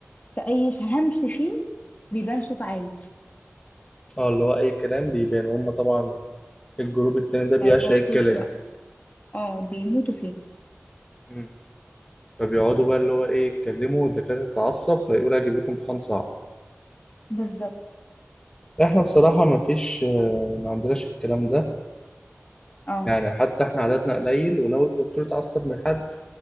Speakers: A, on the left; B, on the left.
A: فأي همس فيه بيبان صوت عالي
B: اه اللي هو أي كلام بيبان وهم طبعا الجروب التاني ده بيعشق
A: ما يتوصوش
B: الكلام
A: بقى اه بيموتوا فيه
B: مم. فبيقعدوا بقى اللي هو إيه يتكلموا والدكاترة تتعصب فيقول هجيب لكم امتحان صعب
A: بالظبط
B: احنا بصراحة ما فيش آه، ما عندناش الكلام ده
A: اه
B: يعني حتى احنا عددنا قليل ولو الدكتور اتعصب من حد